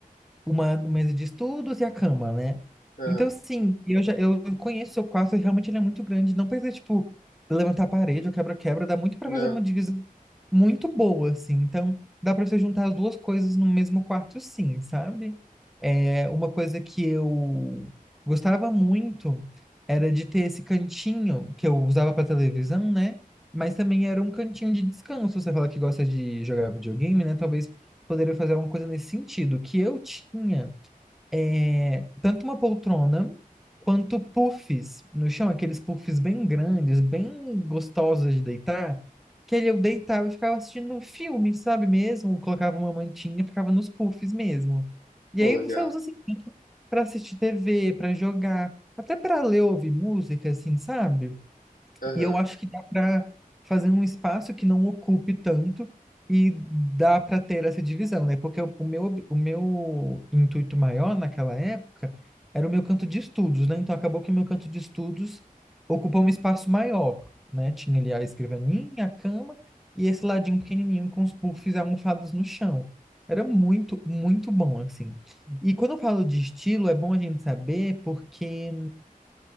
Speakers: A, in the centre; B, on the left.
A: uma mesa de estudos e a cama, né?
B: ah,
A: Então, sim, eu já eu conheço o seu quarto e realmente ele é muito grande. Não precisa, tipo, levantar a parede ou quebra-quebra. Dá muito pra
B: não.
A: fazer uma divisão muito boa, assim. Então, dá pra você juntar as duas coisas no mesmo quarto, sim, sabe? É, uma coisa que eu gostava muito era de ter esse cantinho que eu usava pra televisão, né? Mas também era um cantinho de descanso. Você fala que gosta de jogar videogame, né? Talvez poderia fazer alguma coisa nesse sentido, que eu tinha é, tanto uma poltrona quanto puffs no chão, aqueles puffs bem grandes, bem gostosos de deitar, que ali eu deitava e ficava assistindo um filme, sabe mesmo? Colocava uma mantinha, ficava nos puffs mesmo. E
B: Pô,
A: aí
B: legal.
A: você usa assim para assistir TV, para jogar, até para ler, ouvir música, assim, sabe?
B: Aham.
A: E eu acho que dá para fazer um espaço que não ocupe tanto e dá para ter essa divisão, né? Porque o o meu, ob- o meu intuito maior naquela época era o meu canto de estudos, né? Então acabou que o meu canto de estudos ocupou um espaço maior, né? Tinha ali a escrivaninha, a cama e esse ladinho pequenininho com os puffs almofados no chão. Era muito, muito bom, assim. E quando eu falo de estilo, é bom a gente saber porque